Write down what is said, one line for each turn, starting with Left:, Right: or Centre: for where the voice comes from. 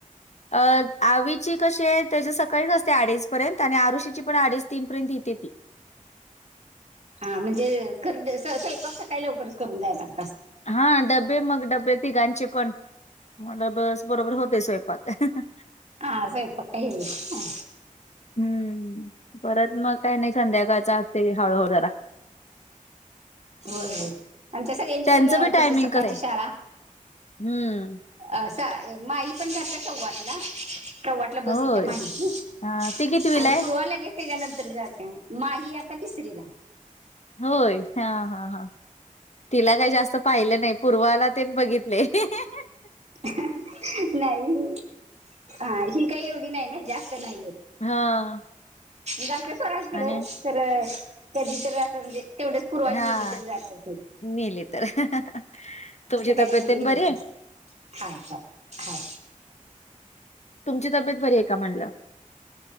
Left: अ आवीची कशीय त्याची सकाळीच असते अडीच. पर्यंत आणि आरुषीची पण अडीच तीन पर्यंत येतीया ती.
Right: हा म्हणजे खर दे स्वयपाक सकाळी लवकरच करून जाय लाग
Left: हा डब्बे मग डब्बे तीघांचे पण. मला बस बरोबर होतय स्वयंपाक अ हं हं.
Right: हा स्वयपाक काय हे च ना.
Left: हम्म परत मग काही नाही संध्याकाळच असतयं हळूहळू जरा.
Right: व्हय आमच्या सगळ्यांची
Left: त्यांचं
Right: पण
Left: बी टायमिंग
Right: तस सकाळची
Left: कसं आहे?
Right: शाळा.
Left: हम्म.
Right: अस माई पण जातीया सव्वा आटला. सव्वा आटला बस
Left: होय.
Right: येतीया माहीची
Left: हां, ती कितवीला
Right: आणि
Left: आहे?
Right: पूर्वा लगे त्याच्यानंतर जातीया माही आता तिसरी ला.
Left: होय हा हा हा. तिला काही जास्त पाहिलं नाही पूर्वाला तेन बघितलयं अ हं हं.
Right: ह ह नाही हा ही काही एवढी नाही ना जास्त नाहीयेत.
Left: हां
Right: जातंय सोडा इकड
Left: आणि
Right: खरं कधी तर असं म्हणजे तेवढच पूर्वान
Left: हां,
Right: नेली तर जात असेल.
Left: नेली तर अ हं हं हं तुमची
Right: काही
Left: तब्येततेन
Right: एवढी
Left: बरीये?
Right: हे नाही हाय हाय. हाय
Left: तुमची तब्येत बरी आहे का म्हणलं?